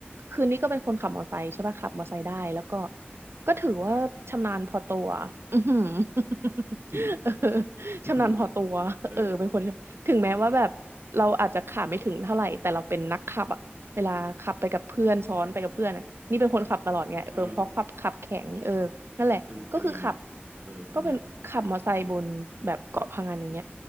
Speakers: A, on the right; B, on the right.
A: คืนนี้ก็เป็นคนขับมอไซค์ใช่ป่ะขับมอไซค์ได้แล้วก็ก็ถือว่าชำนาญพอตัว <laughs> อือหือ <laughs>
B: <laughs> อืม
A: เออ
B: อืม
A: ชำนาญพอตัวเออเป็นคนถึงแม้ว่าแบบเราอาจจะขับไม่ถึงเท่าไหร่แต่เราเป็นนักขับอะเวลาขับไปกับเพื่อนซ้อนไปกับเพื่อนอะนี่เป็นคนขับตลอดไงเออเพราะขับขับแข็งเออนั่นแหละก็คือขับ
B: เออเออเป็นเป็นไงอะเออ เป็นไง
A: ก็เป็นขับมอไซค์บนแบบเกาะพะงันอย่างเงี้ย